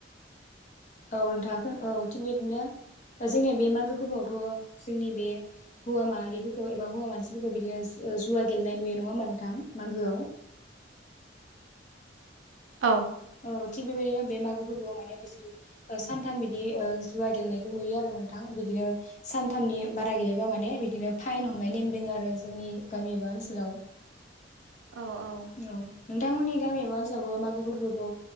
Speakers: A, on the left; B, on the right.
A: औ नोंथाङा औ थिग बिदिनो जोंनिया बे मागो फोरबोआवथ' जोंनि बे हौवा माहारिफोरखौ एबा हौवा मानसिफोरखौ बिदिनो जुवा गेलेनाय नुयो नङा होमा नोंथां मागोआव
B: औ
A: औ थिग बेबायदिनो बे मागो फोरबोआव माने बिसोरो सानथाम बिदि जुवा गेलेनायखौ नुयो आरो नोंथां बिदिनो सानथामनि बारा गेलेबा माने बिदिनो फाइन हमनाय नेम दं आरो जोंनि गामि एबा ओनसोलाव
B: औ औ
A: औ नोंथांमोननि गामि एबा ओनसोलावबो मागो फोरबोखौ